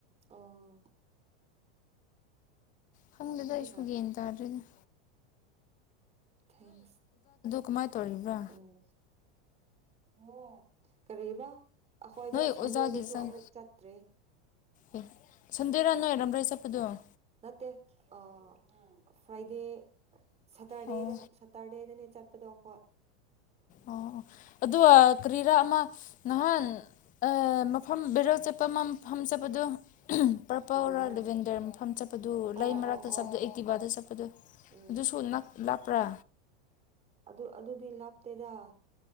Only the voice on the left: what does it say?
ꯈꯪꯒꯦꯗ
ꯑꯩꯁꯨꯒꯟ ꯇꯥꯔꯔꯦꯒ
ꯀꯃꯥꯏ ꯇꯧꯔꯤꯕ꯭ꯔꯥ
ꯅꯣꯏ
ꯑꯣꯖꯥꯒꯤ ꯆꯪ
ꯑꯦ ꯁꯟꯗꯦꯔꯥ ꯅꯣꯏ ꯔꯝꯔꯩ ꯆꯠꯄꯗꯣ ꯑꯣ
ꯑꯣ
ꯑꯣ ꯑꯗꯨꯗ ꯑ ꯀ꯭ꯔꯤꯔꯥ ꯈ ꯑꯃ ꯅꯍꯥꯟ ꯃꯐꯝ ꯕꯦꯔꯦꯜ ꯆꯠꯄ ꯑꯃ ꯃꯐꯝ ꯆꯠꯄꯗꯨ ꯄꯔꯄꯜꯔ
ꯂꯦꯕꯦꯟꯗꯔ ꯃꯐꯝ ꯆꯠꯄꯗꯨ
ꯂꯩ ꯃꯔꯛꯇ
ꯆꯠꯄꯗ ꯑꯦꯛꯇꯤꯕꯥꯗ ꯆꯠꯄꯗꯨ
ꯑꯗꯨꯁꯨ ꯂꯥꯞꯄ꯭ꯔꯥ